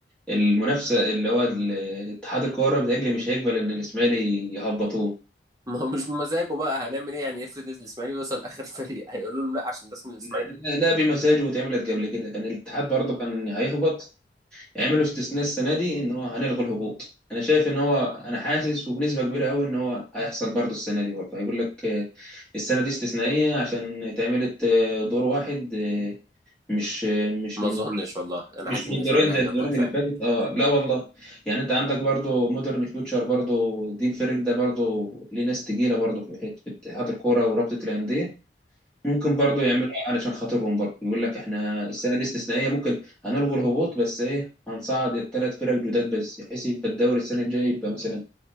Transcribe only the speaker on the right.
ما هو مش بمزاجه بقى هنعمل ايه يعني افرض الاسماعيلي وصل اخر فريق هيقولوا لهم لا عشان ده اسم الاسماعيلي
ما
اظنش والله انا
حاسس
ان الاسماعيلي
هيهبط
فعلا